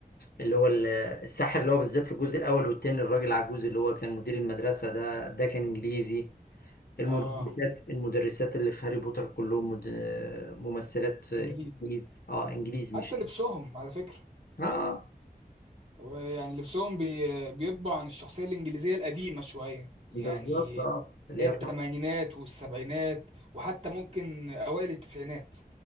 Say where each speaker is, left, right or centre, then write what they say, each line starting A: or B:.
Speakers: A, on the left (about 70°); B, on the right (about 40°).
A: اللي هو ال- الساحر اللي هو بالذات في الجزء الاول والتاني الراجل عجوز اللي هو كان مدير المدرسه ده ده كان انجليزي المدرسات
B: اه
A: المدرسات اللي في هاري بوتر كلهم مد- ممثلات انجليز
B: انجليز
A: اه انجليز مش
B: حتى لبسهم على فكره
A: اه
B: ويعني لبسهم بي... بيطبع عن الشخصية الإنجليزية القديمة شوية يعني
A: بالظبط اه
B: اللي
A: اللي
B: هي
A: هي
B: التمانينات والسبعينات وحتى ممكن أوائل التسعينات